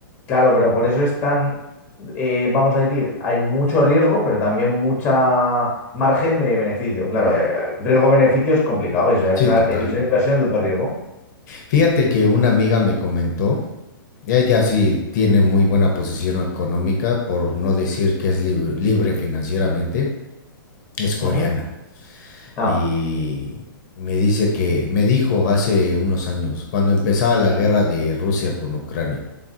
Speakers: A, on the left; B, on the left.
A: Claro, pero por eso es tan, eh, vamos a decir, hay mucho riesgo, pero también mucha margen de beneficio. Claro, eh, riesgo-beneficio es complicado, es, es
B: sí,
A: una,
B: total.
A: es una inversión de alto riesgo.
B: Fíjate que una amiga me comentó Ella sí tiene muy buena posición económica, por no decir que es libre, libre financieramente. Es coreana.
A: Ujú. Ah,
B: Y me dice que, me dijo hace unos años, cuando empezaba la guerra de Rusia con Ucrania,